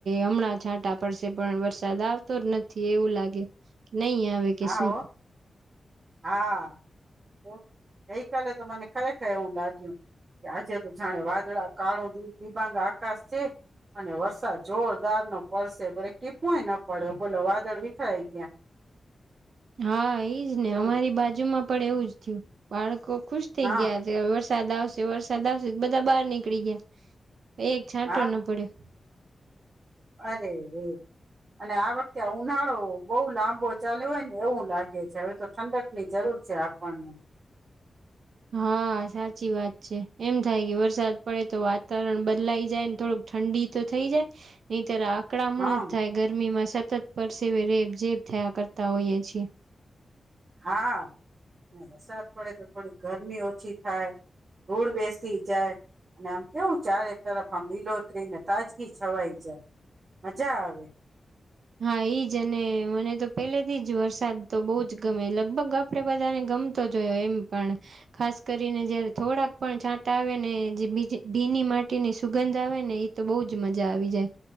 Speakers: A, on the right; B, on the right.
A: હમણાં છાંટા પડશે પણ વરસાદ આવ તો નથી એવું લાગે કે નઈ આવે કે
B: હા
A: શું?
B: હો હા તો ગઈ કાલે તો મને ખરે ખર એવું લાગ્યું કે આજે તો જાણે વાદળા કાળો દી દિબાંગ આકાશ છે. અને વરસાદ જોરદાર નો પડશે પણ એક ટીપોય ન પડયો બોલો વાદળ વિખરાઈ ગયા.
A: હા ઈજ ને
B: એવું
A: અમારી બાજુમાં પણ એવું જ થયું. બાળકો ખુશ થઈ
B: હા
A: ગયા. વરસાદ આવશે, વરસાદ આવશે બધા બાર નીકળી ગયા. એક છાંટો
B: હા
A: ન પડ્યો.
B: અરે રે. અને આ વખતે ઉનાળો બહુ લાંબો ચાલીયો હોય ને એવું લાગે છે. હવે તો ઠંડક ની જરૂર છે આપણને.
A: હા સાચી વાત છે. એમ થાય કે વરસાદ પડે તો વાતાવરણ બદલાઈ જાયને થોડુંક ઠંડી તો થઈ જાય નહીતર આ અકડામણ
B: હમ
A: જ થાય. ગરમીમાં સતત પરસેવે રેબ જેેબ થયા કરતા હોઈએ છીએ.
B: હા વરસાદ પડે તો થોડી ગરમી ઓછી થાય. ધૂળ બેસ સી ચાય અને આમ કેવું ચારે તરફ આમ લીલોઉતરીને તાજગી છવાઈ જાય. મજા આવે
A: હા ઈજ અને મને તો પેલેથી જ વરસાદ તો બહુ જ ગમે લગભગ આપ આપડે બધાને ગમતો જ હોય એમ પણ ખાસ કરીને જયારે થોડાક પણ છાંટા ટા આવે ને જે બીજી ભીની માટી ની સુગંધ આવે ને એ તો બહુ જ મજા આવી જાય